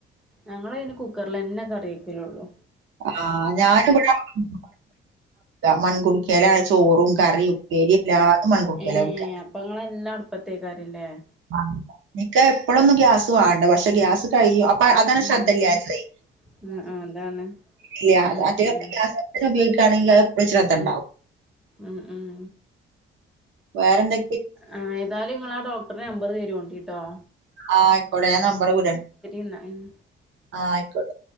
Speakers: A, in the centre; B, on the right.
A: ഞങ്ങള കുക്കറൽ എന്നെ കറിയ ഒക്കല ഉള്ളൂ
B: ആ ഞാനി മൺകുടിക്കാല ചോറുംണ്ട് കറി ഉപ്പേരി എല്ലാതും മൺ കുടിക്കിയാലക്ക
A: ഏ അപ്പൊ ഇങ്ങളെല്ലാം അടുപ്പത്തേക്കാരല്ലേ
B: ആ നിിക്ക എപ്പഴൊന്നും ഗ്യാസ് വേണ്ട പക്ഷെ ഗ്യാസ് കഴിയും അപ്പൊ അതാണ്
A: ഉം
B: ശ്രദ്ധല്ല
A: ഉം
B: അത്രേ
A: ആ അതാണ്
B: ഇല്ല അ
A: ഉം
B: അറ്റ
A: ഉം
B: ഗ്ര ഉപയോഗിക്കുകണെങ്കിൽ അത് ശ്രദ്ധ
A: ഉം
B: ഉണ്ടാവും
A: ഉം ഉം
B: വേറെന്ത
A: ആ ഏതായാലും നിങ്ങള ആ ഡോക്ടറുടെ നമ്പർ തരുേണ്ടിട്ടോ
B: ആഹ ആയിക്കോട്ടെ നമ്പർ കൂട
A: എന്നാ ഉം
B: ആഹ ആയിക്കോട്ടെ